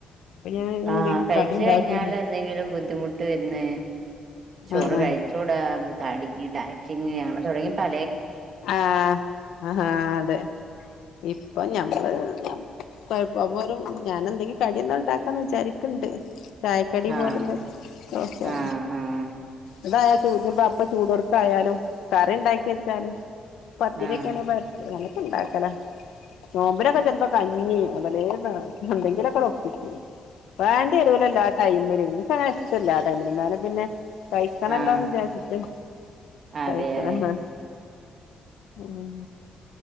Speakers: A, on the left; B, on the right.
A: ഞാൻ എന്തെങ്കിലും
B: ആഹ് കഴിച്ച്
A: കടി ഇണ്ടാക്കാണ്ട്
B: കഴിഞ്ഞാല് എന്തെങ്കിലും ബുദ്ധിമുട്ട് വരു ന്നേ ചോറ്
A: ആഹ്
B: കഴിച്ച് കൂടാ ഡയറ്റിംഗ് അങ്ങനെ തുടങ്ങി പ
A: ആഹ് ആഹ് അതെ ഇപ്പൊ ഞമ്മള് കുഴപ്പം അപ്പൊ ഒരു ഞാൻ എന്തെങ്കിലും കടിയൊന്ന് ഉണ്ടാക്കാന്ന് വിചാരിക്കണ്ട് ചായക്കടി
B: ആഹ്
A: പോലൊന്ന് ദോശയൊ
B: ആഹ് ആഹ്
A: ഇതായാ ചൂ അപ്പ ചൂട് കൊടുക്കായാലും കറി ഉണ്ടാക്കി വെച്ചാലും പത്തിരി
B: ആഹ്
A: ഒക്കെ ആണെ പരത്തി ഉണ്ടാക്കല നോമ്പിനൊക്കെ ചെലപ്പോ കഞ്ഞി പലേ എന്തേങ്കിലൊക്കെ അങ്ങട്ട് ഒപ്പിക്കും വേണ്ടിവരൂല്ലല്ലോ ആ ടൈമില് എനിക്ക് അങ്ങനെ ഇഷ്ടമില്ല ആ ടൈമില് എന്നാലും പിന്നെ കഴിക്കണല്ലോന്ന്
B: ആഹ്
A: വിചാരിച്ചിട്ട്
B: അതെ
A: കഴിക്കണതാ
B: അതെ
A: ഉം